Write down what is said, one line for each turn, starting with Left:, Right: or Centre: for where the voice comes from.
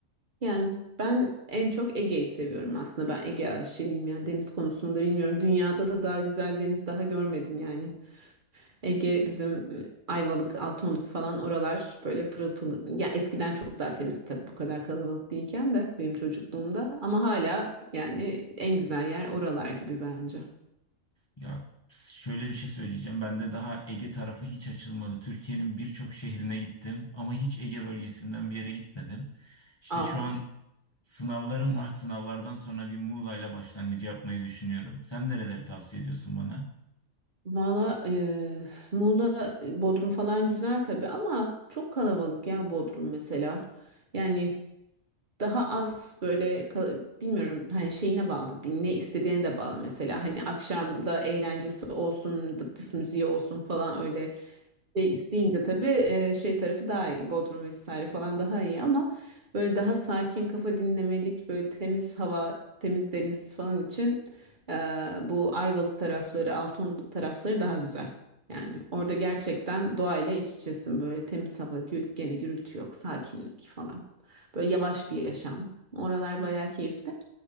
Right: Yani ben en çok Ege'yi seviyorum aslında. Ben Ege aşığıyım ya deniz konusunda bilmiyorum. Dünyada da daha güzel deniz daha görmedim yani. Ege bizim e, Ayvalık, Altınoluk falan oralar böyle pırıl pırıl. Ya eskiden çok daha temiz tabii bu kadar kalabalık değilken de benim çocukluğumda. Ama hala yani en güzel yer oralar gibi bence.
Left: Ya şöyle bir şey söyleyeceğim. Ben de daha Ege tarafı hiç açılmadı. Türkiye'nin birçok şehrine gittim ama hiç Ege bölgesinden bir yere gitmedim. İşte
Right: Aa.
Left: şu an sınavlarım var. Sınavlardan sonra bir Muğla'yla başlangıcı yapmayı düşünüyorum. Sen nereleri tavsiye ediyorsun bana?
Right: Valla eee, Muğla, e, Bodrum falan güzel tabii ama çok kalabalık ya Bodrum mesela. Yani daha az böyle kal- bilmiyorum hani şeyine bağlı bir ne istediğine de bağlı mesela hani akşamda eğlencesi olsun dıptıs müziği olsun falan öyle şey isteyince tabii e, şey tarafı daha iyi Bodrum vesaire falan daha iyi ama böyle daha sakin kafa dinlemelik böyle temiz hava temiz deniz falan için e, bu Ayvalık tarafları Altınoluk tarafları daha güzel. Yani orada gerçekten doğayla iç içesin böyle temiz hava gü- gene gürültü yok sakinlik falan. Böyle yavaş bir yaşam. Oralar bayağı keyifli.